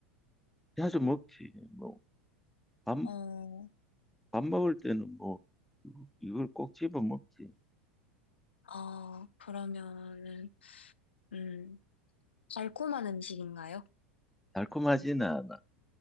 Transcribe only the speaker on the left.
어,
아, 그러면은, 음, 달콤한 음식인가요?